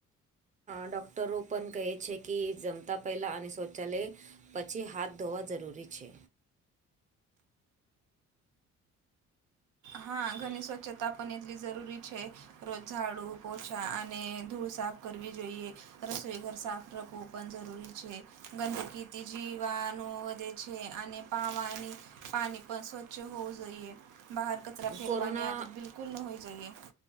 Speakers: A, on the right; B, on the right.
A: ડૉક્ટરો પણ કહે છે કે જમતાં પહેલાં અને શૌચાલય પછી હાથ ધોવા જરૂરી છે.
B: હા ઘરની સ્વચ્છતા પણ એટલી જરૂરી છે. રોજ ઝાડુ, પોછા અને ધૂળ સાફ કરવી જોઈએ. રસોઈઘર સાફ રાખવું પણ જરૂરી છે ગંદકીથી જીવાનો વધે છે અને <inaudible> પાણી પર સ્વચ્છ હોવું જોઈએ બહાર ક ચરો ફેંકવાની
A: કોરોના
B: આદત બિલકુલ ન હોવી જોઈએ.